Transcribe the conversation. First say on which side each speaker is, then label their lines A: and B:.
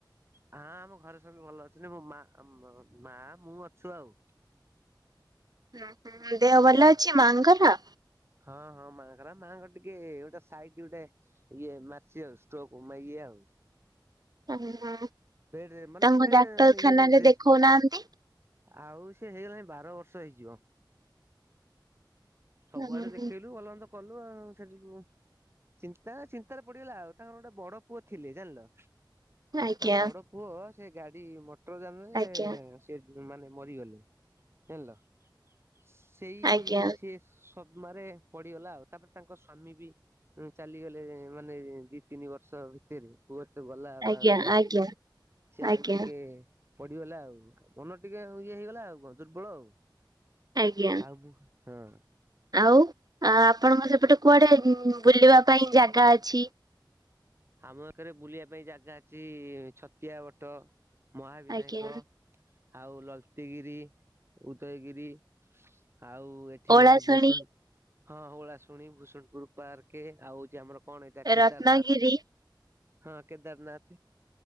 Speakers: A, on the right; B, on the right.
A: ହା ଆମ ଘରେ ସବୁ ଭଲ ଅଛନ୍ତି। ମୋ ମା ମା ମୁଁ ଅଛୁ ଆଉ।
B: ହୁଁ ହୁଁ ଦେହ ଭଲ ଅଛି ମାଆଙ୍କର?
A: ହଁ ହଁ ମାଙ୍କର ମାଆଙ୍କର ଟିକେ ଗୋଟେ ସାଇଟ୍ ଗୋଟେ ଇଏ ମାରଚି ଆଉ ଷ୍ଟୋକ୍ ମା ଇଏ ଆଉ।
B: ଉଁ ହୁଁ।
A: ବେଡ୍ ରେ ମାନେ
B: ତାଙ୍କୁ
A: ବେଡ
B: ଡାକ୍ତରଖାନାରେ
A: ମାନେ ଇଏଟେ ରେଶ୍ଟ
B: ଦେଖଉନାହାନ୍ତି।
A: ଆଉ ସେ ହେଇଗଲାଣି ବାର ବର୍ଷ ହେଇଯିବ। ସବୁଆଡେ
B: ହୁଁ,
A: ଦେଖେଇଲୁ
B: ହୁଁ,
A: ଭଲ ମନ୍ଦ କଲୁ ଆଉ ସେଠୁ। ଚିନ୍ତା ଚିନ୍ତାରେ ପଡିଗଲା ଆଉ ତାଙ୍କର ଗୋଟେ ବଡ ପୁଅ ଥିଲେ ଜାଣିଲ।
B: ଆଜ୍ଞା।
A: ତାଙ୍କ ବଡ ପୁଅ ସେ ଗାଡି ମଟର ଯାନରେ
B: ଆଜ୍ଞା
A: ସେ ମାନେ ମରିଗଲେ ହେଲ ସେଇ
B: ଆଜ୍ଞା
A: ସିଏ ସଦ୍ମାରେ ପଡିଗଲା ଆଉ ତାପରେ ତାଙ୍କ ସ୍ଵାମୀ ବି ଚାଲିଗଲେ। ମାନେ ଦି ତିନି ବର୍ଷ ଭିତରେ ପୁଅ ତ ଗଲା
B: ଆଜ୍ଞା
A: ବା ମାନେ
B: ଆଜ୍ଞା
A: ସେ ଆଉ
B: ଆଜ୍ଞା
A: ଟିକେ ପଡିଗଲା ଆଉ ମନ ଟିକେ ଇଏ ହେଇଗଲା ଆଉ କଣ ଦୁର୍ବଳ ଆଉ।
B: ଆଜ୍ଞା
A: ଆଉ ମୁଁ ହଁ।
B: ଆଉ ଆ ଆପଣଙ୍କ ସେପଟେ କୁଆଡେ ଉଁ ଉଁ ବୁଲିବା ପାଇଁ ଜାଗା ଅଛି?
A: ଆମ ଆଖରେ ବୁଲିବା ପାଇଁ ଜାଗା ଅଛି ଛତିଆ ବଟ ମହାବିନାୟକ।
B: ଆଜ୍ଞା
A: ଆଉ ଲଲତୀଗିରି ଉଦୟଗିରି ଆଉ ଏ ଏଠି
B: ଓଳାଶୁଣୀ
A: ହଉଛି ଭୂସୁ ହଁ ଓଳାଶୁଣୀ ଭୂସୁଣପୁର ପାର୍କେ ଆଉ ହଉଛି ଆମର କଣ ହେଇଟା କେଦାରନାଥ।
B: ରତ୍ନଗିରି
A: ହଁ କେଦାରନାଥ